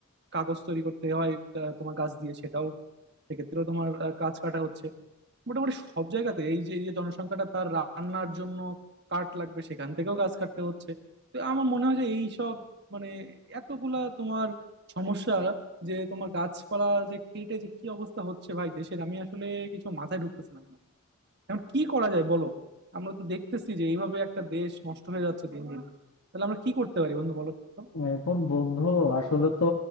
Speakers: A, on the right; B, on the left.
A: কাগজ তৈরি করতে হয় আহ, তোমার গাছ দিয়ে সেটাও সেক্ষেত্রেও তোমার আহ, গাছ কাটা হচ্ছে মোটামুটি সব জায়গাতে এই যে এই যে জনসংখ্যাটা তার রান্নার জন্য কাঠ লাগবে সেখান থেকেও গাছ কাটতে হচ্ছে তো আমার মনে হয় যে এই সব মানে এতগুলা তোমার সমস্যা যে তোমার গাছপালা যে কেটে যে কি অবস্থা হচ্ছে ভাই দেশের আমি আসলে কিছু মাথায় ঢুকতেছে না আমার। এখন কি করা যায় বলো আমরা তো দেখতেছি যে এইভাবে একটা দেশ নষ্ট হয়ে যাচ্ছে দিন দিন তাহলে আমরা কি করতে পারি বন্ধু বলো তো
B: এখন বন্ধু আসলে তো